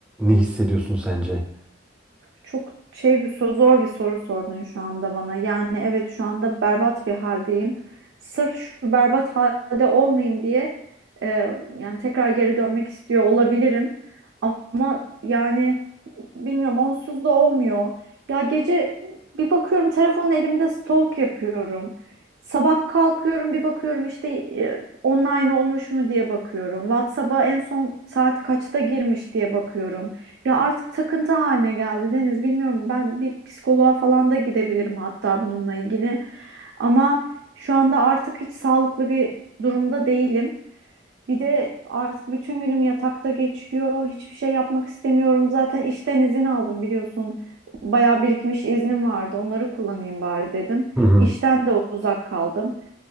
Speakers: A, in the centre; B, on the right.
A: hissediyorsun sence?
B: Çok şey bir soru, zor bir soru sordun şu anda bana. Yani evet şu anda berbat bir haldeyim. Sırf şu berbat halde olmayayım diye e, yani tekrar geri dönmek istiyor olabilirim. Ama yani bilmiyorum onsuz da olmuyor. Ya gece bir bakıyorum telefon elimde stalk yapıyorum. Sabah kalkıyorum bir bakıyorum işte e, online olmuş mu diye bakıyorum. WhatsApp'a en son saat kaçta girmiş diye bakıyorum. Ya artık takıntı haline geldi Deniz. Bilmiyorum ben bir psikoloğa falan da gidebilirim hatta bununla ilgili. Ama şu anda artık hiç sağlıklı bir durumda değilim. Bir de artık bütün günüm yatakta geçiyor. Hiçbir şey yapmak istemiyorum. Zaten işten izin aldım biliyorsun. Bayağı birikmiş iznim vardı. Onları kullanayım bari dedim.
A: Hı hı.
B: İşten de uzak kaldım.